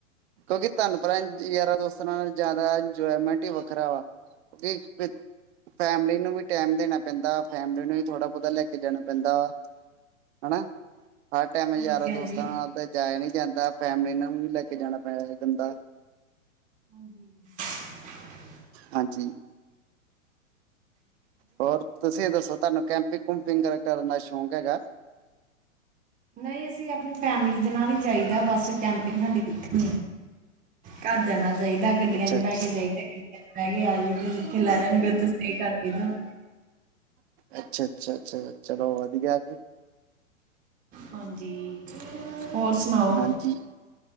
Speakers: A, on the right (about 50°); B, on the right (about 20°).
A: ਕਿਓਂਕਿ ਤੁਆਨੂੰ ਪਤਾ ਯਾਰਾਂ ਦੋਸਤਾਂ ਨਾਲ ਜਾਦਾ ਇੰਜੋਏਮੈਂਟ ਈ ਵੱਖਰਾ ਵਾ। ਕੀ ਫੈਮਲੀ ਨੂੰ ਵੀ ਟੈਮ ਦੇਨਾ ਪੈਂਦਾ ਵਾ। ਫੈਮਲੀ ਨੂੰ ਵੀ ਥੋੜਾ ਬੋਤਾ ਲੈ ਕੇ ਜਾਨਾ ਪੈਂਦਾ ਵਾ, ਹਨਾ। ਹਰ ਟਾਈਮ ਯਾਰਾਂ
B: ਹਾਂਜੀ ਹਾਂਜੀ
A: ਦੋਸਤਾਂ ਨਾਲ ਤੇ ਜਾਏਆ ਨੀ ਜਾਂਦਾ ਫੈਮਿਲੀ ਨਾਲ ਨੂੰ ਵੀ ਲੈ ਕੇ ਜਾਨਾ ਪੈਂਦਾ ਬੰਦਾ
B: <inaudible>
A: ਹਾਂਜੀ, ਹੋਰ ਤੁਸੀਂ ਏ ਦੱਸੋ ਤੁਆਨੂੰ ਕਿ ਕੈਂਪਿੰਗ ਕੂਪਿੰਗ ਕਰਨ ਦਾ ਸ਼ੋਕ ਹੈਗਾ।
B: ਨਈਂ ਅਸੀਂ ਆਪਨੀ ਫੈਮਿਲੀ ਦੇ ਨਾਲ ਈ ਜਾਈਦਾ ਬਸ ਕੈਂਪਿੰਗ ਸਾਡੀ ਕਿੱਥੇ ਹੋਨੀ ਆ। ਘਰਦੇਆਂ ਨਾਲ ਜਾਈਦਾ। ਗੱਡੀਆਂ
A: ਅੱਛਾ
B: ਚ ਬੈ ਕੇ ਜਾਈਦਾ ਗੱਡੀਆਂ ਚ ਬੈ ਕੇ ਆ ਜਾਈਦਾ ਜਿੱਥੇ ਲੈ ਜਾਨਗੇ ਓਥੇ ਸਟੇਅ ਕਰ ਦਈਦਾ।
A: ਅੱਛਾ-ਅੱਛਾ-ਅੱਛਾ ਚਲੋ ਵਦੀਆ ਜੀ।
B: ਹਾਂਜੀ। ਹੋਰ ਸੁਣਾਓ?
A: ਹਾਂਜੀ,